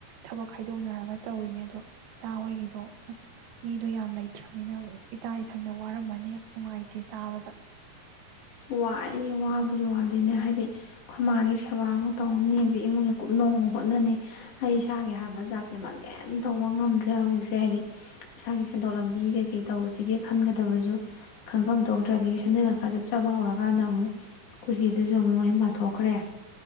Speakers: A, on the right; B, on the left.
A: ꯊꯕꯛ ꯈꯥꯏꯗꯣꯛꯅꯔꯒ ꯇꯧꯔꯤꯅꯦ ꯑꯗꯣ ꯏꯇꯥ ꯍꯣꯏꯒꯤꯗꯣ ꯑꯁ ꯃꯤꯗꯣ ꯌꯥꯝ ꯂꯩꯇ꯭ꯔꯕꯅꯤꯅ ꯏꯇꯥ ꯏꯊꯟꯗ ꯋꯥꯔꯝꯃꯅꯤ ꯑꯁ ꯅꯨꯡꯉꯥꯏꯇꯦ ꯇꯥꯕꯗ
B: ꯋꯥꯏꯌꯦ ꯋꯥꯕꯒꯤ ꯋꯥꯗꯤ ꯅꯦ ꯍꯥꯏꯗꯤ ꯑꯩꯈꯣꯏꯃꯥꯒꯤ ꯁꯦꯕꯥꯃꯨꯛ ꯇꯧꯅꯤ ꯑꯗꯩ ꯏꯃꯨꯡꯒꯤ ꯀꯨꯞꯅꯨꯡ ꯑꯃꯨꯛ ꯍꯣꯠꯅꯅꯤ ꯑꯩ ꯏꯁꯥꯒꯤ ꯍꯥꯏꯕ ꯖꯥꯇꯁꯦ ꯀꯔꯤꯑꯝ ꯇꯧꯕ ꯉꯝꯗ꯭ꯔꯦ ꯍꯧꯖꯤꯛꯁꯤ ꯀꯩ ꯍꯥꯏꯅꯤ ꯏꯁꯥꯒꯤꯁꯦ ꯁꯦꯟꯊꯣꯛ ꯂꯝꯕꯤ ꯀꯩꯀꯩ ꯇꯧꯁꯤꯒꯦ ꯈꯟꯒꯗꯕꯁꯨ ꯈꯟꯟꯐꯝ ꯊꯣꯛꯗ꯭ꯔꯥꯗꯒꯤ ꯁꯟꯦꯟ ꯈꯔ ꯐꯦ ꯍꯧꯔꯀꯥꯟꯗ ꯑꯃꯨꯛ ꯀꯨꯁꯤꯗꯨꯁꯨ ꯑꯃꯨꯛ ꯃꯌꯨꯝ ꯄꯥꯟꯊꯣꯛꯈ꯭ꯔꯦ